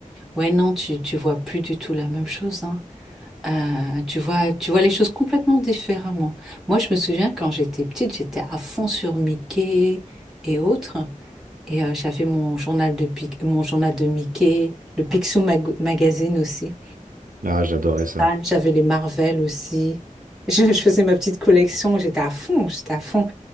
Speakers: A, in the centre; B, on the right.
A: ouais, non, tu, tu vois plus du tout la même chose. hein. Euh, tu vois, tu vois les choses complètement différemment. Moi, je me souviens quand j'étais petite, j'étais à fond sur Mickey et autres. Et euh, j'avais mon journal de Pic- mon journal de Mickey, le Picsou Mag- Magazine aussi.
B: Ah, j'adorais ça.
A: Ah. J'avais les Marvel aussi. Je, je faisais ma petite collection, j'étais à fond, j'étais à fond.